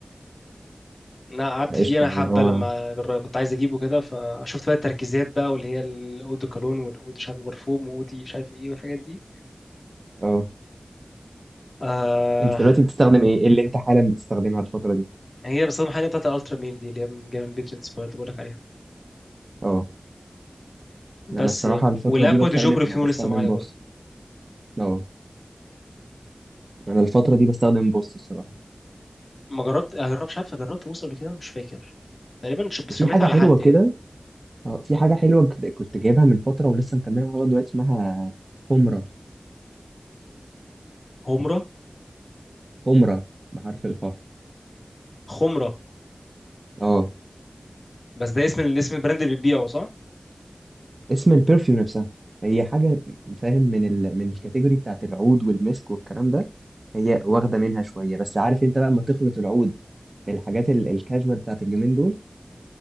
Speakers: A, on the left; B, on the right.
A: انا قعدت
B: قشطه
A: فيه انا
B: يعني
A: حبه
B: اللي هو
A: لما جر- كنت عايز اجيبه كده فشفت بقى التركيزات بقى واللي هي الاو دي كولون والاو دي مش عارف برفوم واو دي مش عارف ايه والحاجات دي
B: اه
A: آه
B: انت دلوقتي بتستخدم ايه إيه اللي انت حالا بتستخدمها الفتره دي
A: هي بس المحل بتاعت الالترا ميل دي اللي هي من جيم بيج انسبايرد بقول لك عليها
B: اه
A: بس
B: انا الصراحه
A: يعني
B: الفتره
A: والاكوا
B: دي بستخدم
A: دي جوبري فيهم
B: بستخدم
A: لسه معايا
B: بوس
A: برضه
B: اه انا الفتره دي بستخدم بوس الصراحه
A: ما جربت اجرب مش عارف جربت بوس قبل كده مش فاكر تقريبا ش- بس
B: وفي
A: شميتها
B: حاجه
A: على
B: حلوه
A: حد
B: كده
A: يعني
B: اه في حاجه حلوه كد- كنت جايبها من فتره ولسه مكمله معايا لغاية دلوقتي اسمها خمره
A: خمره
B: خمره بحرف الخاء
A: خمره
B: اه
A: بس ده اسم ال- اسم البراند اللي بتبيعه صح
B: اسم البرفيوم نفسها هي حاجه فاهم من ال... من الكاتيجوري بتاعت العود والمسك والكلام ده هي واخده منها شويه بس عارف انت بقى لما تخلط العود بالحاجات ال- الكاجوال بتاعت اليومين دول